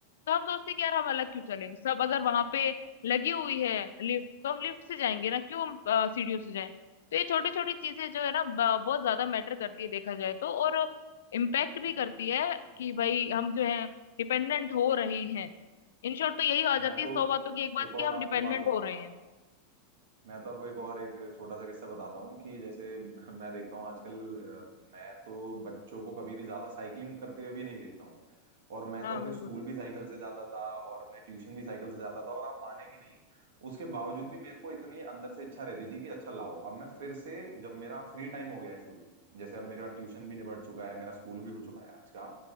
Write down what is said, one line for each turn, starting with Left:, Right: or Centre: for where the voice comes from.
Left: तो हम सोचते हैं कि यार हम अलग क्यों चले सब अगर वहां पे लगी हुई है लिफ्ट तो हम लिफ्ट से जाएंगे ना क्यों हम अ, सीढ़ियों से जाएं तो ये छोटी छोटी चीजें जो है ना ब- बहुत ज्यादा मैटर करती है देखा जाए तो और इम्पैक्ट भी करती
Right: बिल्कुल
Left: है कि भाई हम जो है डिपेंडेंट हो रहे हैं इन शॉर्ट तो यही आ जाती
Right: मैं तो
Left: है सौ बातों की एक बात
Right: एक और
Left: कि हम
Right: आपको
Left: डिपेंडेंट
Right: बात बताऊंगा
Left: हो रहे हैं
Right: मैं तो आपको एक और एक छोटा सा किस्सा बताता हूँ कि जैसे <laughs> मैं देखता हूँ आजकल अ, मैं तो बच्चों को कभी भी ज्यादा साइकिलिंग करते हुए भी नहीं देखता हूँ और मैं
Left: हाँ
Right: तो अपने
Left: बिल्कुल
Right: स्कूल भी साइकिल से जाता था और अपने ट्यूशन भी साइकिल से जाता था और आप मानेंगे नहीं उसके बावजूद भी मेरे को इतनी अंदर से इच्छा रहती थी कि अच्छा लाओ अब मैं फिर से जब मेरा फ्री टाइम हो गया है शुरू जैसे अब मेरा ट्यूशन भी निबट चुका है मेरा स्कूल भी हो चुका है आज का